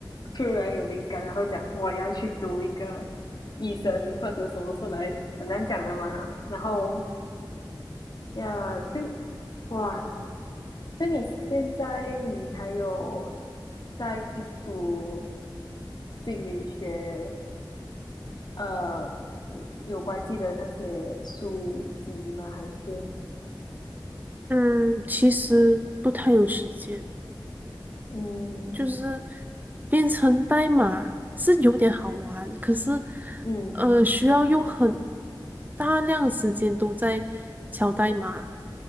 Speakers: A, on the left; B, on the right.
A: 突然有灵感，然后讲我要去读一个医生或者什么出来，很难讲的嘛。然后呀，就哇，那你现在你还有在读心理学，呃有关系的那些书籍吗？还是
B: 嗯，其实不太有时间，
A: 嗯
B: 就是编程代码是有点好玩，可是
A: 嗯
B: 呃，需要用很大量时间都在敲代码，